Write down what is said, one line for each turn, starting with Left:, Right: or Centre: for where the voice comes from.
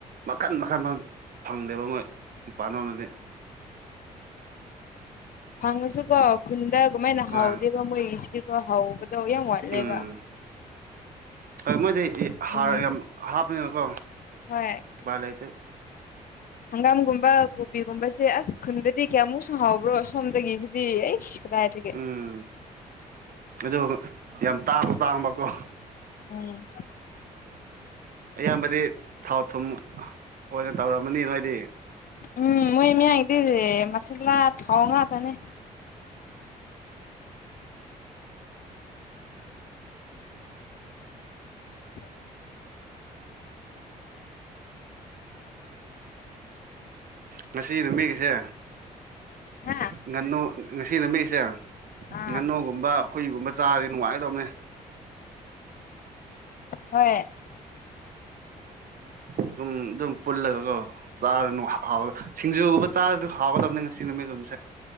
Right: ꯃꯈꯟ ꯃꯈꯟ ꯃꯈ ꯐꯪꯗꯦꯕ ꯃꯣꯏ ꯃꯄꯥꯟꯗꯗꯤ
Left: ꯐꯪꯉꯁꯨ ꯀ ꯈꯨꯟꯗ ꯀꯃꯥꯏꯅ
Right: ꯍꯣꯏ
Left: ꯍꯥꯎꯗꯦꯕ ꯃꯣꯏꯒꯤꯁꯤꯗꯤꯀꯣ ꯍꯧꯕꯗꯣ ꯌꯥꯝ ꯋꯥꯠꯂꯦꯕ
Right: ꯎꯝ ꯍꯣꯏ ꯃꯣꯏꯗꯤ ꯍꯥꯔ
Left: ꯍ
Right: ꯌꯥꯝ ꯍꯥꯞꯄꯅꯤꯅꯀꯣ
Left: ꯍꯣꯏ
Right: ꯎꯄꯥꯏ ꯂꯩꯇꯦ
Left: ꯍꯪꯒꯥꯝꯒꯨꯝꯕ ꯀꯣꯕꯤꯒꯨꯝꯕꯁꯦ ꯑꯁ ꯈꯨꯟꯗꯗꯤ ꯀꯌꯥꯃꯨꯛ ꯁꯪꯍꯥꯎꯕ꯭ꯔꯣ ꯁꯣꯝꯗꯒꯤ ꯀꯥꯏ
Right: ꯎꯝ ꯑꯗꯨ ꯌꯥꯝ ꯇꯥꯡꯕꯁꯨ ꯇꯥꯡꯕꯀꯣ
Left: ꯎꯝ
Right: ꯑꯌꯥꯝꯕꯗꯤ ꯊꯥꯎ ꯊꯨꯝ ꯑꯣꯏꯅ ꯇꯧꯔꯝꯃꯅꯤ ꯅꯣꯏꯗꯤ
Left: ꯎꯝ ꯃꯣꯏ ꯏꯃꯤ ꯌꯥ ꯏꯗꯤꯁꯦ ꯃꯁꯥ ꯊꯥꯎꯉꯥ ꯇꯅꯦ <unintelligible>
Right: ꯉꯁꯤ ꯅꯨꯃꯤꯠꯒꯤꯁꯦ
Left: ꯍꯥ
Right: ꯉꯟꯅꯨ ꯉꯁꯤ ꯅꯨꯃꯤꯠꯒꯤꯁꯦ
Left: ꯑꯥ
Right: ꯉꯥꯟꯅꯨꯒꯨꯝꯕ ꯍꯨꯏꯒꯨꯝꯕ ꯆꯥꯔꯗꯤ ꯅꯨꯡꯉꯥꯏꯒꯗꯧꯅꯦ
Left: ꯍꯣꯏ
Right: ꯎ ꯑꯗꯨꯝ ꯄꯨꯜꯂꯒꯀꯣ ꯆꯥꯔꯅ ꯍ ꯁꯤꯡꯖꯨꯒꯨꯝꯕ ꯆꯥꯔꯁꯨ ꯍꯥꯎꯒꯗꯕꯅꯤ ꯉꯁꯤ ꯅꯨꯃꯤꯠ ꯑꯗꯨꯝ